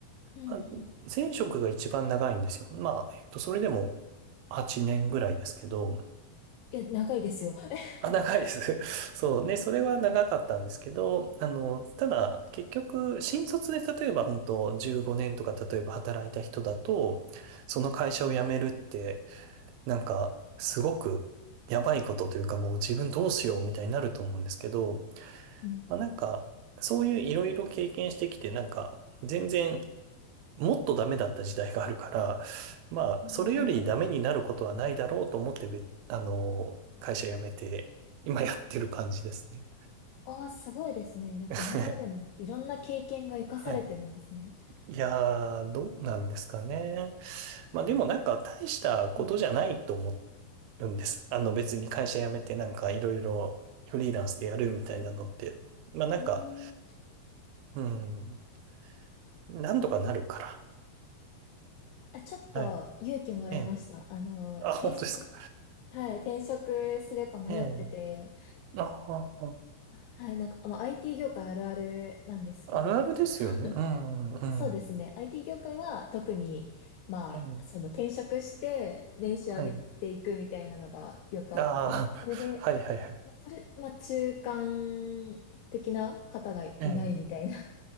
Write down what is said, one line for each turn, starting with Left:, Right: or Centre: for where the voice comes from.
Left: うん、
Right: まあ前職が一番長いんですよ。
Left: い
Right: まあ、えっと、それでも8年ぐらいですけど、
Left: や、長いですよ。<laughs>
Right: <laughs> あ、長いです。<laughs> そうね、それは長かったんですけど、あの、ただ、結局、新卒で例えば本当15年とか例えば働いた人だと、その会社を辞めるって、なんか、すごくやばいことというか、もう自分どうしようみたいになると思うんですけど、
Left: うん、
Right: まあなんか、そういういろいろ経験してきて、なんか、全然もっとダメだった時代があるから、まあ、
Left: うん、
Right: それよりダメになることはないだろうと思って、
Left: うん
Right: べあの、会社辞めて、今やってる感じですね。
Left: ああ、すごいですね。なんか今までのいろんな経験が活かされてるんですね。
Right: <laughs> はい。いやー、どうなんですかね。まあでもなんか大したことじゃないと思
Left: うん。
Right: うんです。あの別に会社辞めてなんかいろいろフリーランスでやるみたいなのって、まあなんか、
Left: うーん。
Right: うん、なんとかなるから。
Left: あ、ちょっと勇気もらいました。
Right: はい。ええ。
Left: あの、
Right: あ、本当ですか。
Left: 転職、はい、転職するか迷ってて、
Right: ええ。あ、ああ
Left: はい、なんか、まあ、IT 業界あるあるなんですけど、
Right: あるあるですよね。
Left: <laughs> そう
Right: うん、うん。
Left: そうですね。IT 業界は特に、まあ、
Right: ええ、
Left: その転職して年収上げていくみたいなのがよくあって、
Right: はい。ああ、
Left: それで、
Right: <laughs> はいはいはい。
Left: まあ、それ、まあ、中間的な方がいないみたいな
Right: ええ、